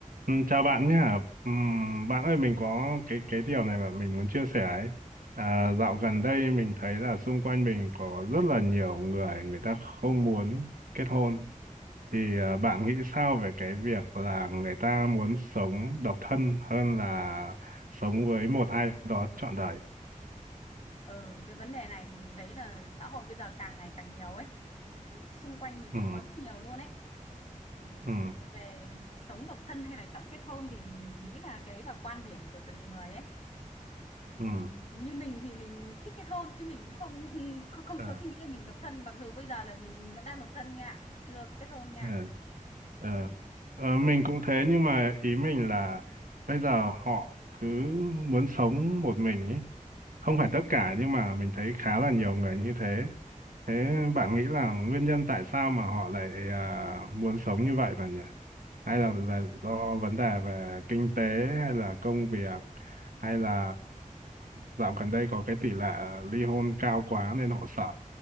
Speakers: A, on the right; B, on the left.
A: Ừ, Chào bạn nhé. Ừm,
B: Ừ.
A: bạn ơi mình có cái cái điều này bạn mình muốn chia sẻ ấy. À, dạo gần đây mình thấy là xung quanh mình có rất là nhiều người người ta không muốn kết hôn. Thì à, bạn nghĩ sao về cái việc là người ta muốn sống độc thân hơn là sống với một ai đó trọn đời?
B: Ờ, cái vấn đề này thì mình thấy là xã hội bây giờ càng ngày càng nhiều ấy. Dự- Xung quanh mình
A: Ừ,
B: cũng có rất nhiều luôn ấy. Ừ.
A: ừ,
B: Về sống độc thân hay là chọn kết hôn thì mình nghĩ là cái đấy là quan điểm của từng người ấy. Ừ.
A: ừ.
B: Như mình thì mình thích kết hôn chứ mình cũng không <laughs> không, không
A: Ờ,
B: có suy nghĩ là mình độc thân mặc dù bây giờ là mình mình vẫn đang độc thân nha, mình chưa kết hôn nha.
A: ờ, ờ.
B: Ừ.
A: Ờ, mình cũng thế nhưng mà ý mình là bây giờ họ cứ muốn sống một mình ấy không phải tất cả nhưng mà mình thấy khá là nhiều người như thế thế bạn nghĩ là nguyên nhân tại sao mà họ lại à, muốn sống như vậy bạn nhỉ hay là về do vấn đề về kinh tế hay là công việc hay là dạo gần đây có cái tỷ lệ ly hôn cao quá nên họ sợ